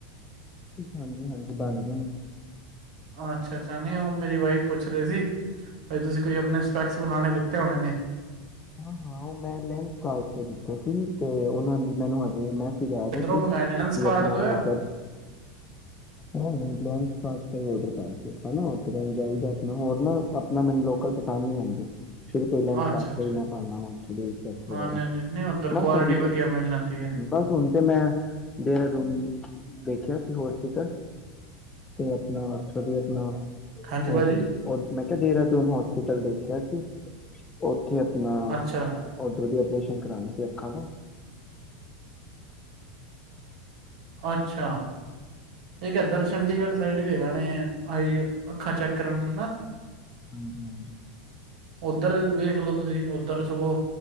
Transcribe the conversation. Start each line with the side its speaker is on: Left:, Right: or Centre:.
Left: ਹਾਂਜੀ ਹਾਂਜੀ ਬਣ ਗਏ ਨੇ
Right: ਅੱਛਾ ਅੱਛਾ ਨਹੀਂ ਉਹ ਮੇਰੀ ਵਾਈਫ ਪੁੱਛ ਰਹੇ ਸੀ ਬ ਤੁਸੀਂ ਕੋਈ ਆਪਣੇ ਸਪੈਕਸ ਬਣਾਣੇ ਦਿੱਤੇ ਹੋਣੇ ਨੇ
Left: ਹਾਂ ਹਾਂ ਉਹ ਮੈਂ ਲੇਂਸ ਕਾਰਟ ਨੂੰ ਦਿੱਤੇ ਸੀ ਤੇ ਉਹਨਾਂ ਦੀ ਮੈਨੂੰ ਹਜੇ ਮੈਂ ਲਿਆ
Right: ਕਿੱਧਰੋਂ
Left: ਦਿੱਤੇ
Right: ਮੰਗਵਾਏ ਨੇ ਲੈਂਸ ਕਾਰਟ
Left: ਆਪਣਾ
Right: ਤੋਂ ਆ
Left: ਉੱਧਰ ਨਹੀਂ ਲੈਂਸ ਕਾਰਟ ਆਰਕਡਰ ਪਾਇਆ ਸੀ ਉਧਰ ਜਾਈਦਾ ਹੋਰ ਨਾ ਆਪਣਾ ਮੈਨੂੰ ਲੋਕਲ ਪਸੰਦ ਨਹੀਂ ਆਉਂਦੇ। ਸ਼ੁਰੂ ਤੋਂ ਲੈਂਸ
Right: ਅੱਛਾ
Left: ਕਾਰਟ
Right: ਅੱਛਾ
Left: ਮੈ ਪਾਨਾ ਵਾ ਐਕਚਲ਼ੀ ਸਪੈਕਸ
Right: ਹਾਂਜੀ
Left: ਵਗੈਰਾ,
Right: ਹਾਂਜੀ ਨਹੀਂ ਉੱਧਰ
Left: ਬਸ
Right: ਕੁਆਲਿਟੀ
Left: ਹੁਣ
Right: ਵਧੀਆ ਮਿਲ ਜਾਂਦੀ ਹੈ
Left: ਬਸ ਹੁਣ ਤੇ ਮੈਂ ਦੇਰਾ ਦੂੰਨ ਦੇਖਿਆ ਸੀ ਹੋਰਸਪਿਟਲ ਤੇ ਆਪਣਾ ਤਬੀਅਤ
Right: ਹਾਂਜੀ
Left: ਹੋ
Right: ਭਾਜੀ
Left: ਉਹ ਮੈਂ ਦੇਹਰਾਦੂਨ ਹੋਸਪਿਟਲ ਦੇਖਿਆ ਸੀ। ਔ ਥੇ ਆਪਣਾ
Right: ਅੱਛਾ
Left: ਉਧਰ ਦੇ ਓਪਰੇਸ਼ਨ ਕਰਾਣਾ ਸੀ ਅੱਖਾਂ ਦਾ।
Right: ਅੱਛਾ। ਇੱਕ ਏਧਰ ਚੰਡੀਗੜ੍ਹ ਸਾਈਡ ਵੀ ਹੈ ਨੇ, ਆਈ ਅੱਖਾਂ ਚੈੱਕ ਕਰਨ ਵਾਲਾ ਨਾ।
Left: ਹਾਂਜੀ-ਹਾਂਜੀ।
Right: ਓਧਰ ਵੇਖ ਲੋ ਤੁਸੀਂ, ਓਧਰ ਸਗੋਂ